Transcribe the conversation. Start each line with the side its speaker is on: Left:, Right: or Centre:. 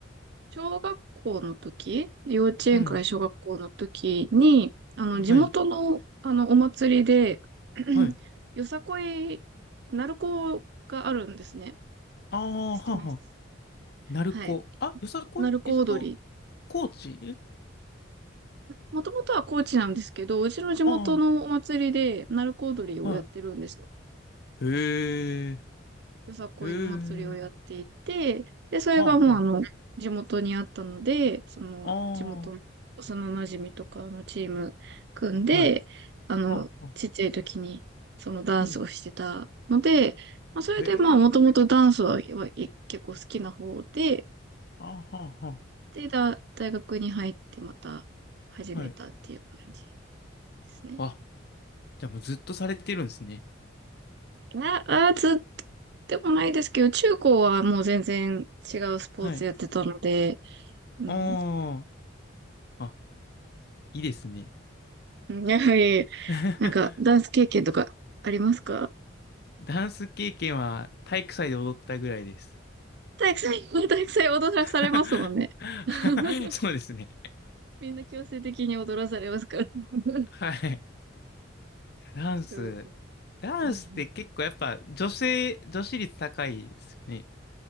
Right: 小学校の時、幼稚園から小学校の時に、
Left: うん。
Right: あの、
Left: はい。
Right: 地元の、あの、お祭りで、うんよさこい、
Left: はい。
Right: 鳴子があるんですね。
Left: ああ、
Right: 知ってます。
Left: はあは。鳴子。
Right: はい。
Left: あ、よさこいえっと、
Right: 鳴子踊り。
Left: 高知え
Right: もともとは高知なんですけど、うちの地元のお祭りで鳴子踊りをやってるんですよ。
Left: ああ、はい。へえ、
Right: よさこいの祭りをやっていて、
Left: へえ、
Right: で、それがもうあの、
Left: はあは
Right: 地元にあったので、その地元の幼馴染みとかのチーム組んで、
Left: あ、ああ、はい、
Right: あの、
Left: はあはあ、
Right: ちっちゃい時にそのダンスをしてたので、
Left: うん、
Right: まあ、それでまあもともとダンスははい結構好きな方で、
Left: へえ、ああはあは
Right: で、だ大学に入ってまた始めたっていう感じ
Left: あ、はい。
Right: ですね。
Left: あ、じゃあもうずっとされてるんですね。
Right: あ、あー、ずっとでもないですけど、中高はもう全然違うスポーツやってたので、
Left: はい。
Right: うん。
Left: ああ、あ、いいですね。
Right: やはり、
Left: <laughs>
Right: なんか、ダンス経験とかありますか
Left: ダンス経験は体育祭で踊ったぐらいです。
Right: 体育祭、<laughs> 体育祭踊らされますもんね。
Left: <laughs>
Right: <laughs>
Left: そうですね。
Right: みんな強制的に踊らされますから。<laughs>
Left: はい。ダンス。
Right: すごく
Left: ダンスって結構やっぱ女性、
Right: うんうん。
Left: 女子率高いですよね。